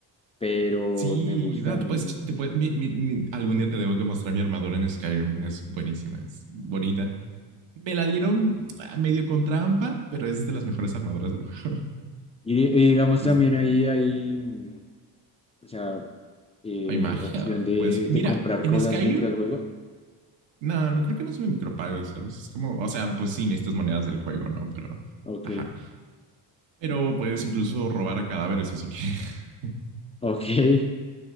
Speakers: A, on the left; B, on the right.
A: pero
B: Sí,
A: me gustan,
B: bueno, tú
A: me
B: puedes,
A: gustan.
B: te puedes- mi- mi- mi- algún día te debo que mostrar mi armadura en Skyrim. Es buenísima, es bonita. Me la dieron ah, medio con trampa, pero es de las mejores armaduras del juego. <laughs>
A: Y, y digamos
B: Es-
A: también ahí, ahí, mm, o sea, eh,
B: hay magia.
A: opción de,
B: Pues mira,
A: de comprar
B: en
A: cosas
B: Skyrim,
A: dentro del juego.
B: no, no creo que no sea un micropago, ¿sabes? Es como, o sea, pues sí, necesitas monedas del juego, ¿no? Pero,
A: Ok,
B: ajá. Pero puedes incluso robar a cadáveres, así que <laughs>
A: ok. <laughs>